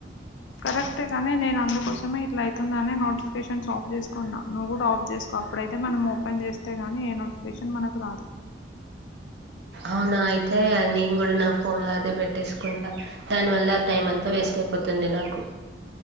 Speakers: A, on the left; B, on the right.
A: కరెక్ట్ గాని నేను అందుకోసమే ఇట్లా అయితుందని నోటిఫికేషన్స్ ఆఫ్ చేస్తాను కున్నా నువ్వు కూడా ఆఫ్ చేసుకో అప్పుడైతే మనం ఓపెన్ చేస్తే గానీ ఏ నోటిఫికేషన్ మనకు రాదు
B: అవునా అయితే నేను కూడా నా ఫోన్ లో అదే పెట్టేసుకుంటా దాని వల్ల టైం అంతా వేస్ట్ అయిపో తుంది నాకు